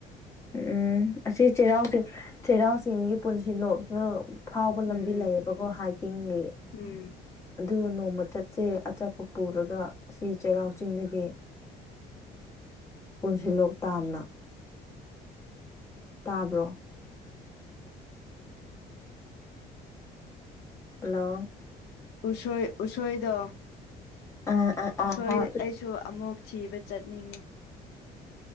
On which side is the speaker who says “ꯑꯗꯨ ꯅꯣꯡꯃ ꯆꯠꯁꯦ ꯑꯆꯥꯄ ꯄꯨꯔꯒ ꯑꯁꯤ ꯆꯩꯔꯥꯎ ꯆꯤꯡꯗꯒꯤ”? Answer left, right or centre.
Left